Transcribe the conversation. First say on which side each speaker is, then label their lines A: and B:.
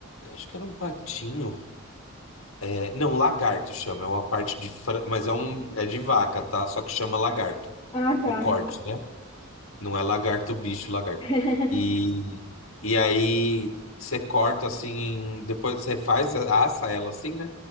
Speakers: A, on the left; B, on the left.
A: Acho que era um patinho É, Não, lagarto chama, é uma parte de fra... mas é um é de vaca, tá? Só que chama lagarto.
B: Ah,
A: O
B: tá.
A: corte, né? Não é lagarto, bicho, lagarto.
B: <laughs>
A: E e aí você corta assim, depois você faz assa ela assim, né?